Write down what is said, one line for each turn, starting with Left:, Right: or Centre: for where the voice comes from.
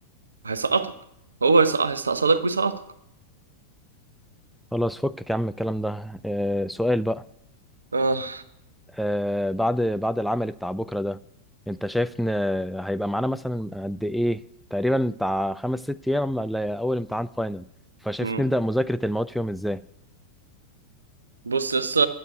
Right: هيسقطك هو هيسقط هيستقصدك ويسقطك
Centre: خلاص فكك يا عم الكلام ده آه، سؤال بقى
Right: اه
Centre: آه، بعد بعد العمل بتاع بكرة ده انت شايف ان هيبقى معانا مثلا قد ايه تقريبا بتاع خمس ست ايام ولا اول امتحان فاينل فشايف
Right: امم
Centre: نبدأ مذاكرة المواد فيهم ازاي
Right: بص لسه